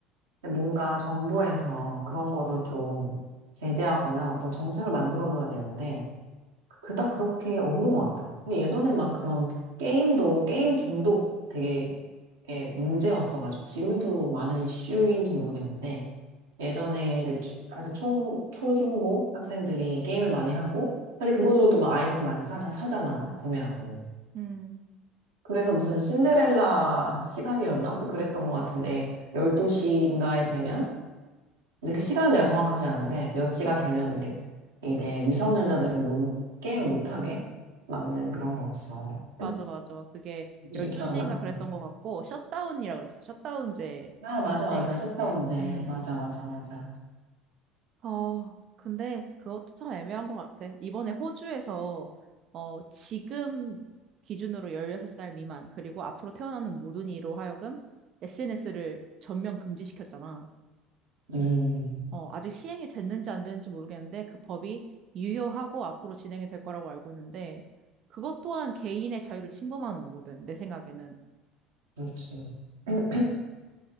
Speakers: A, on the right; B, on the right.
A: 근데 뭔가 정부에서 그런 거를 좀 제재하거나 어떤 정책을 만들어줘야 되는데, 그닥 그렇게 없는 것 같아. 근데 예전에 막 그런 게임도, 게임 중독 되게 예, 문제였어가지고, 지금도 많은 이슈인지 모르겠는데, 예전에 이제 주- 아주 초, 초중고 학생들이 게임을 많이 하고, 사실 그것으로도 막 아이템 많이 사, 사잖아, 구매하고.
B: 음.
A: 그래서 무슨 신데렐라 시간이었나? 그랬던 것 같은데, 12시인가에 되면, 근데 그 시간은 내가 정확하지 않은데 몇 시가 되면 이제 이제 미성년자들은 못, 게임을 못하게 막는 그런 거였어.
B: 맞아,
A: 응.
B: 맞아. 그게
A: 혹시
B: 12시인가
A: 기억나?
B: 그랬던
A: 응.
B: 것 같고, 셧다운이라 그랬어. 셧다운제가
A: 아 맞아
B: 시행이
A: 맞아
B: 됐지.
A: 셧다운제
B: 음.
A: 맞아 맞아 맞아.
B: 어, 근데 그것도 참 애매한 것 같아. 이번에 호주에서, 어, 지금 기준으로 16살 미만, 그리고 앞으로 태어나는 모든 이로 하여금 SNS를 전면 금지시켰잖아.
A: 음
B: 어, 아직 시행이 됐는지 안 됐는지 모르겠는데, 그 법이 유효하고 앞으로 진행이 될 거라고 알고 있는데, 그것 또한 개인의 자유를 침범하는 거거든, 내 생각에는.
A: 그렇지. 음,
B: 음.